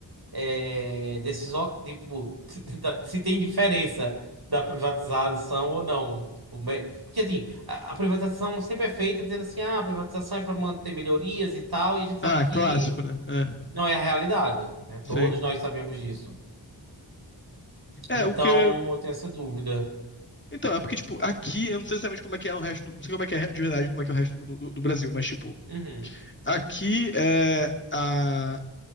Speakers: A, on the right; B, on the left.
A: é, desses, ó- de, tipo, <laughs> se tem diferença da privatização ou não. Tipo, me- porque assim, a, a privatização sempre é feita dizendo assim, ah, a privatização é para manter melhorias e tal, e a gente sabe
B: Ah,
A: que
B: clássico, né? É,
A: não é a realidade, né? Todos
B: sim.
A: nós sabemos disso. Então,
B: É, o que.
A: eu tenho essa dúvida.
B: Então, é porque, tipo, aqui, eu não sei exatamente como é que é no resto. Não sei como é que é de verdade, como é que é o resto do, do- do Brasil, mas, tipo,
A: Uhum,
B: aqui é a.